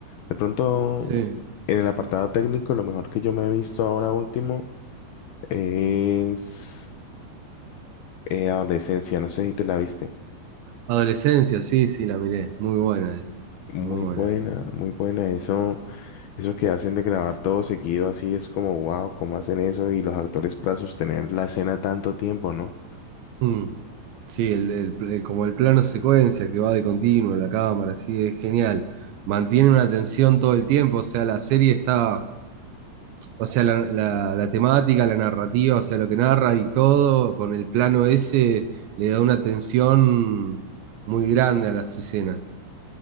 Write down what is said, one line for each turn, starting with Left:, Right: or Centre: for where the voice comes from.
Left: De pronto
Right: sí.
Left: en el apartado técnico, lo mejor que yo me he visto ahora último es eh, Adolescencia, no sé si te la viste.
Right: Adolescencia, sí, sí, la miré. Muy buena es.
Left: Muy
Right: Muy buena.
Left: buena, muy buena. Eso, eso que hacen de grabar todo seguido así es como, wow, ¿cómo hacen eso? Y los actores para sostener la escena tanto tiempo, ¿no?
Right: Mm. Sí, el, el pl- como el plano secuencia que va de continuo en la cámara, sí, es genial. Mantiene una tensión todo el tiempo, o sea, la serie está, o sea, la, la- la temática, la narrativa, o sea, lo que narra y todo, con el plano ese, le da una tensión muy grande a las escenas.